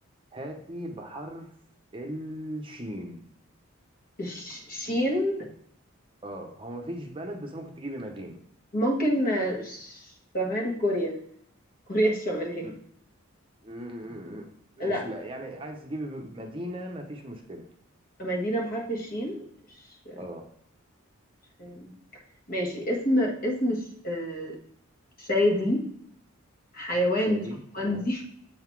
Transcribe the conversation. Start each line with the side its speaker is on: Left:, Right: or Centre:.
Right: هاتي بحرف الشين
Left: ش- شين
Right: اه هو مفيش بلد بس ممكن تجيبي مدينة
Left: ممكن آه، ش- شمال كوريا كوريا الشمالية
Right: م- م- م- ماشي
Left: لا
Right: لا يعني عايز تجيبي ب- مدينة مفيش مشكلة
Left: مدينة بحرف الشين ش...
Right: اه
Left: أم، ماشي اسم اسم ش... آه، شادي حيوان
Right: شادي
Left: شمبانزي
Right: تمام